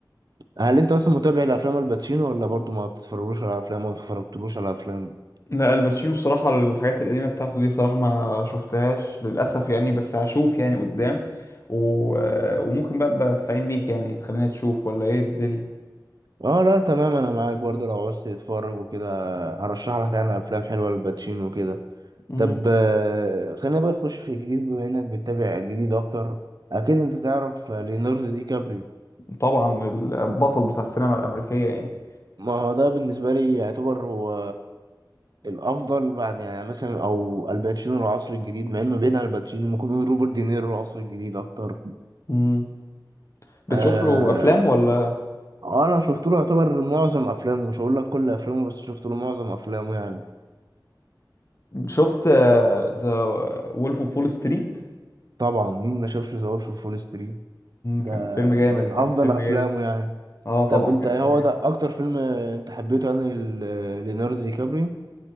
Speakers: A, on the right (about 55°); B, on the left (about 40°).
A: هل انت اصلا متابع لافلام الباتشينو ولا برضو ما بتتفرجوش على افلام ولا ما اتفرجتلوش على افلام
B: لا الباتشينو الصراحة الحاجات القديمة بتاعته دي صراحة ما شفتهاش للأسف يعني بس هشوف يعني قدام و... وممكن بقى بستعين بيك يعني تخليني تشوف ولا ايه الدنيا
A: اه لا تمام انا معاك برضه لو عاوز تتفرج وكده هرشح لك انا افلام حلوه للباتشينو وكده
B: مهم.
A: طب آه، خلينا بقى نخش في الجديد بما انك بتتابع الجديد اكتر اكيد انت تعرف ليوناردو دي كابري
B: طبعا البطل بتاع السينما الأمريكية يعني
A: ما هو ده بالنسبه لي يعتبر هو الافضل بعد يعني مثلا او الباتشينو العصر الجديد مع انه بين الباتشينو ممكن نقول روبرت دينيرو العصر الجديد اكتر
B: مم. بتشوف
A: آه
B: له أفلام ولا
A: آه، انا شفت له يعتبر معظم افلامه مش هقول لك كل افلامه بس شفت له معظم افلامه يعني
B: شفت ذا وولف اوف وول ستريت
A: طبعا مين ما شافش ذا وولف فول ستريت ده
B: كان فيلم جامد
A: من
B: كان
A: افضل
B: فيلم
A: افلامه
B: جامد
A: يعني
B: اه طبعا
A: طب انت
B: كان
A: ايه
B: فيلم
A: هو
B: جامد
A: ده اكتر فيلم انت حبيته يعني ل- ليوناردو دي كابريو